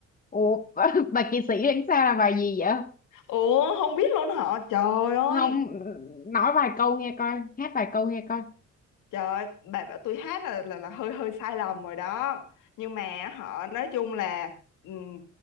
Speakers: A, on the left; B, on the left.
A: ủa <laughs> bà kỳ sĩ đánh sao là bài gì vậy
B: Ủa không biết luôn hả? Trời ơi.
A: không nói vài câu nghe coi hát vài câu nghe coi
B: Trời ơi, bà bảo tôi hát là là là hơi hơi sai lầm rồi đó. Nhưng mà họ nói chung là ừm,